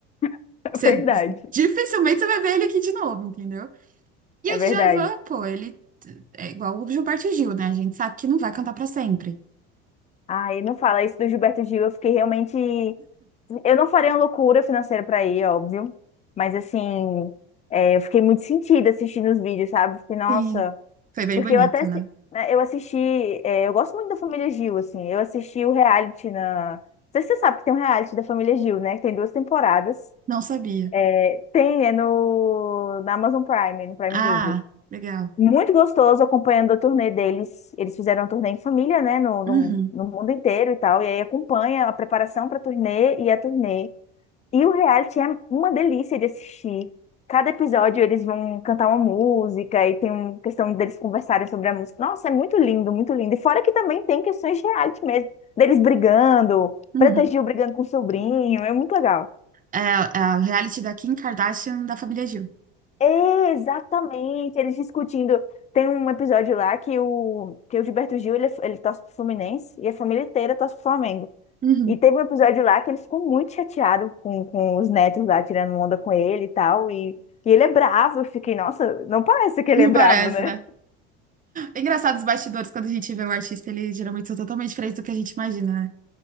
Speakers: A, on the left (about 25°); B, on the right (about 25°).
A: <laughs> é
B: Você,
A: verdade.
B: dificilmente você vai ver ele aqui de novo, entendeu? E
A: É
B: o
A: verdade.
B: Djavan, pô, ele é igual o Gilberto Gil, né? A gente sabe que não vai cantar pra sempre.
A: Aí não fala isso do Gilberto Gil. Eu fiquei realmente. Eu não faria uma loucura financeira pra ir, óbvio. Mas assim, é, eu fiquei muito sentida assistindo os vídeos, sabe? Fiquei, nossa.
B: Sim. Foi bem
A: Porque
B: bonito,
A: eu até. assi-
B: né?
A: né, Eu assisti. é, eu gosto muito da família Gil, assim. Eu assisti o reality na. Não sei se você sabe que tem um reality da família Gil, né? Que tem duas temporadas.
B: Não sabia.
A: é, Tem, é no, na Amazon Prime, no Prime
B: Ah,
A: Video.
B: legal.
A: Muito gostoso acompanhando a turnê deles. Eles fizeram a turnê em família, né, no, no,
B: Uhum,
A: no mundo inteiro e tal. E aí acompanha a preparação para a turnê e a turnê. E o reality é uma delícia de assistir. Cada episódio eles vão cantar uma música e tem uma questão deles conversarem sobre a música. Nossa, é muito lindo, muito lindo. E fora que também tem questões de reality mesmo, deles brigando,
B: uhum.
A: Preta Gil brigando com o sobrinho. É muito legal.
B: É, é o reality da Kim Kardashian da família Gil.
A: É, exatamente. Eles discutindo. Tem um episódio lá que o, que o Gilberto Gil, ele, é- ele torce pro Fluminense e a família inteira torce pro Flamengo.
B: Uhum.
A: E teve um episódio lá que ele ficou muito chateado com, com os netos lá tirando onda com ele e tal. E, e ele é bravo. Eu fiquei, nossa, não parece que
B: Não
A: ele é bravo,
B: parece,
A: né?
B: né? É engraçado os bastidores, quando a gente vê o artista, eles geralmente são totalmente diferentes do que a gente imagina, né?